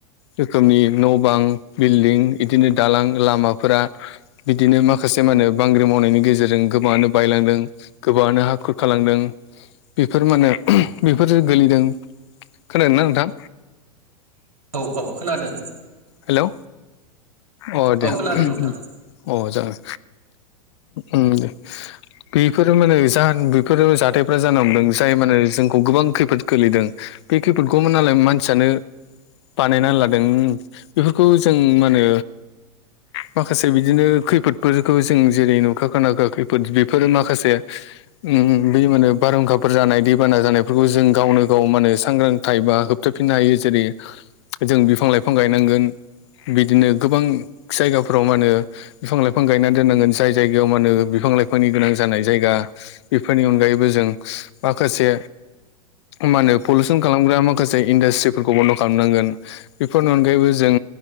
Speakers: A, on the left; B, on the right.
A: रोखोमनि न' बां बिल्दिं इदिनो दालां लामाफोरा बिदिनो मा माखासे मा होनो बांग्रि मावनायनि गेजेरजों गोबाङानो बायलांदों गोबाङानो हाखुरखालांदों। बेफोर मानो बेफोरजो गोलैदों। खोनादोंना नोंथां?
B: औ औ खोनादो।
A: हेलौ अ दे
B: औ
A: अ
B: खोनादों नोंथां
A: जागोन। उम दे बेफोरो मानो जा बेफोर जाथायफ्रा जानो हमदों जाय मानो जोंखौ गोबां खैफोद खोलैदों। बे खैफोदखौ नालाय मानसियानो बानायना लादों उम। बेफोरखौ जों मा होनो माखासे बिदिनो खैफोदफोरखौ जों जेरै नुखा खोनाखा खैफोद बेफोरो माखासे उम बै मानो बारहुंखाफोर जानाय दैबाना जानायफोरखौ जों गावनो गाव माने सांग्रांथायबा होबथाबफिननो हायो जेरै जों बिफां लाइफां गायनांगोन। बिदिनो गोबां जायगाफोराव मानो बिफां लाइफां गायना दोननांगोन जाय जायगायाव मानो बिफां लाइ फांनि गोनां जानाय जायगा बेफोरनि अनगायैबो जों माखासे मा होनो पलुउसन खालामग्रा माखासे इन्डासट्रिफोरखौ बन्द' खालामनांगोन बेफोरनि अनगायैबो जों